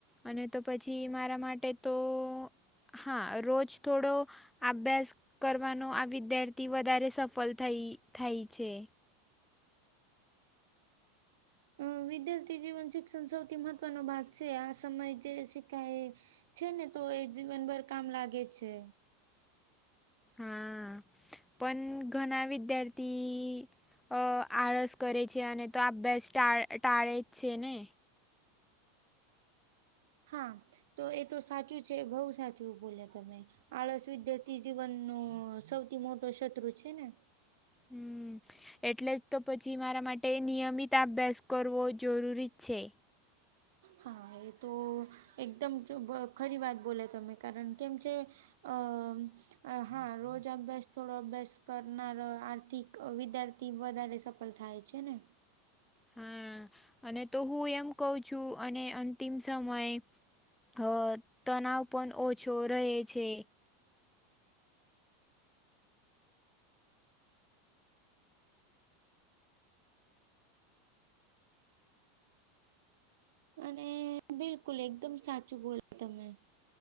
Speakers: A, in the centre; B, on the right.
A: અને તો પછી મારા માટે તો હા રોજ થોડો આભ્યાસ કરવાનો આ વિદ્યાર્થી વધારે સફલ થઈ થાય છે.
B: અ વિદ્યાર્થી જીવન શિક્ષણ સૌથી મહત્વનો ભાગ છે. આ સમય જે શીખાય એ છે ને તો એ જીવનભર કામ લાગે છે.
A: હા પણ ઘણા વિદ્યાર્થી અ આળસ કરે છે. અને તો અભ્યાસ ટા ટાળે જ છે ને?
B: હા તો એ તો સાચું છે બઉ સાચું બોલ્યા તમે. આળસ વિદ્યાર્થી જીવનનું સૌથી મોટો શત્રુ છે ને?
A: હમ. એટલે જ તો પછી મારા માટે નિયમિત આભ્યાસ કરવો જરૂરી જ છે.
B: હા એ તો એકદમ જો ખરી વાત બોલે તમે કારન કેમ છે. અમ અ હા રોજ અભ્યાસ થોડો અભ્યાસ કરનાર આર્થિક વિદ્યા થી વધારે સફલ થાય છે ને?
A: હા અને તો હું એમ કઉ છું અને અંતિમ સમયે અ તનાવ પન ઓછો રહે છે.
B: અને બિલકુલ એકદમ સાચું બોલ્યા તમે.